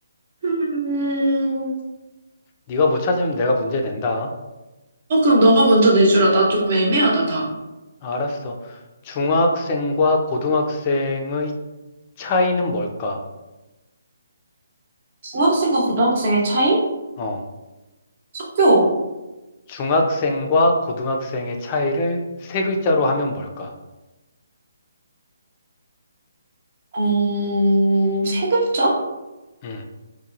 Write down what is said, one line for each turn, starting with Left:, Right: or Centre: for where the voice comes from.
Right: 음,
Left: 네가 못 찾으면 내가 문제 낸다.
Right: 어, 그럼 너가 먼저 내주라. 나 좀 애매하다, 다.
Left: 알았어. 중학생과 고등학생의 차이는 뭘까?
Right: 중학생과 고등학생의 차이?
Left: 어
Right: 학교,
Left: 중학생과 고등학생의 차이를 세 글자로 하면 뭘까?
Right: 어, 세 글자?
Left: 음,